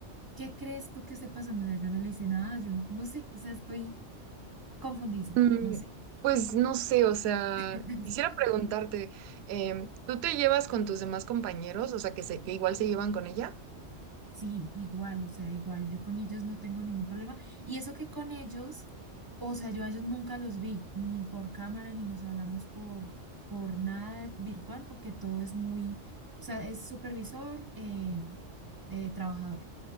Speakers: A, on the right; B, on the right.
A: ¿qué crees tú que esté pasando? O sea, yo no le hice nada, yo no, no sé, o sea, estoy confundidísima,
B: Mm,
A: no sé.
B: pues no sé, o sea,
A: <laughs>
B: quisiera preguntarte, em, ¿tú te llevas con tus demás compañeros? O sea, que, se, que igual se llevan con ella?
A: Sí, igual, o sea, igual, yo con ellos no tengo ningún problema. Y eso que con ellos, o sea, yo a ellos nunca los vi, ni por cámara, ni nos hablamos por, por nada virtual, porque todo es muy, o sea, es supervisor, eh, eh, trabajador,